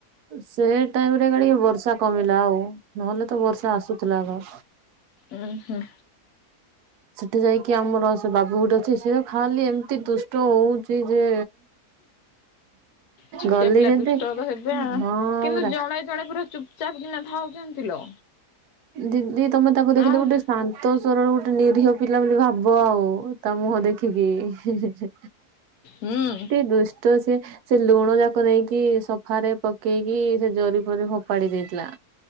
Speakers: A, on the right (about 75°); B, on the left (about 75°).
A: ସେ ଟାଇମରେ କାଡିକି ବର୍ଷା କମିଲା ଆଉ ନହେଲେ ତ ବର୍ଷା ଆସୁଥୁଲା ତ ଆଗ।
B: ଉଁ ହୁଁ।
A: ସେଠି ଯାଇକି ଆମର ସେ ବାବୁ ଗୁଟେ ଅଛି ସିଏ ଖାଲି ଏମତି ଦୁଷ୍ଟ ହୋଉ ଯେ
B: ଛୋଟିଆ
A: ଗଲି
B: ପିଲା
A: ଯେତି
B: ଦୁଷ୍ଟ ତ ହେବେ ଆ
A: ହଁ
B: କିନ୍ତୁ
A: ପର୍
B: ଜଣେ ଜଣେ ପୁରା ଚୁପ ଚାପ୍ କିନା ଥାଉଚନ୍ତି ଲୋ।
A: ଦିଦି ତମେ ତାକୁ ଦେଖିଲେ
B: ଆଉ
A: ଗୋଟେ ଶାନ୍ତ ସରଳ ଗୋ ନିରିିହ ପିଲା ବୋଲି ଭାବ ଆଉ ତା ମୁହଁ ଦେଖିକି ଇଁ ହିଁ ହିଁ ହିଁ।
B: ହୁଁ।
A: ଦୁଷ୍ଟ ସେ ସେ ଲୁଣ ଯାକ ନେଇକି ସୋଫାରେ ପକେଇକି ସେ ଜରି ପରି ଫୋପାଡି ଦେଇଥିଲା।